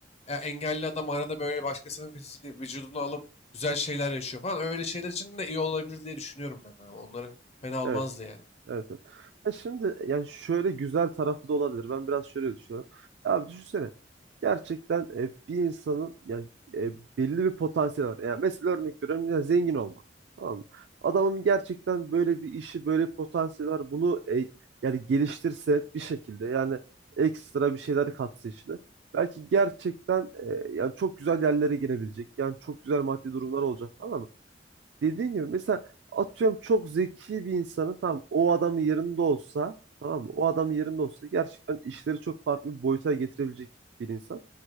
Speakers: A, on the left (about 35°); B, on the right (about 65°).
A: E, engelli adam arada böyle başkasının fiziği, vücudunu alıp güzel şeyler yaşıyor falan. Öyle şeyler için de iyi olabilir diye düşünüyorum ben ama onları fena olmazdı
B: Evet.
A: yani.
B: Evet, evet. Ya şimdi yani şöyle güzel tarafı da olabilir. Ben biraz şöyle düşünüyorum. Ya abi düşünsene. Gerçekten e, bir insanın yani e, belli bir potansiyeli var. Yani mesela örnek veriyorum ya zengin olmak. Tamam mı? Adamın gerçekten böyle bir işi, böyle bir potansiyeli var. Bunu e, yani geliştirse bir şekilde yani ekstra bir şeyler katsa işine. Belki gerçekten e, yani çok güzel yerlere girebilecek. Yani çok güzel maddi durumlar olacak falan dediğin gibi mesela atıyorum çok zeki bir insanın tam o adamın yerinde olsa tamam mı? O adamın yerinde olsa gerçekten işleri çok farklı bir boyuta getirebilecek bir insan.